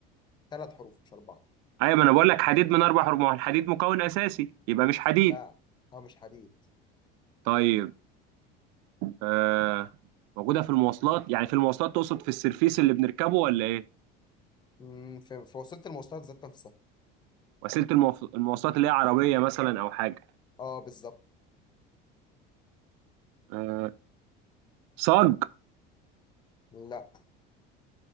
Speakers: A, on the left (about 20°); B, on the right (about 85°).
A: ثلاث حروف مش أربعة
B: ايوه ما انا بقول لك حديد من اربع رموح الحديد مكون اساسي يبقى مش حديد
A: لا اه مش حديد
B: طيب آه موجوده في المواصلات يعني في المواصلات تقصد في السرفيس اللي بنركبه ولا ايه
A: مم، في في وسيلة المواصلات ذات نفسها
B: وسيله المواف- المواصلات اللي هي عربيه مثلا او حاجه
A: اه بالظبط
B: آه صاج
A: لا